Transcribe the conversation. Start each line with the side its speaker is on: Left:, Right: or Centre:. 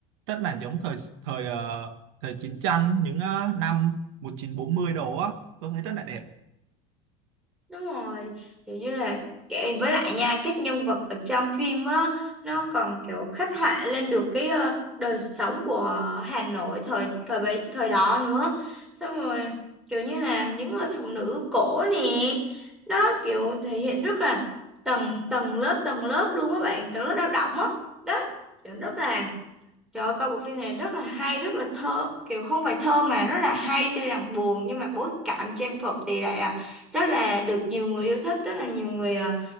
Right: rất là giống thời thời ờ, thời chiến tranh những ờ, năm 1940 đồ á, tôi thấy rất là đẹp.
Centre: Đúng rồi, kiểu như là kệ- với lại nha, các nhân vật ở trong phim á nó còn kiểu khắc họa lên được cái ờ, đời sống của Hà Nội thời thời bấy thời đó nữa. Xong rồi kiểu như là những người phụ nữ cổ nè, đó kiểu thể hiện rất là tầng tầng lớp tầng lớp luôn các bạn, tầng lớp lao động á. Đó, kiểu rất là Trời ơi, coi bộ phim này rất là hay, rất là thơ, kiểu không phải thơ mà rất là hay, tuy rằng buồn nhưng mà bối cảnh trang phục thì lại à, rất là được nhiều người yêu thích, rất là nhiều người à,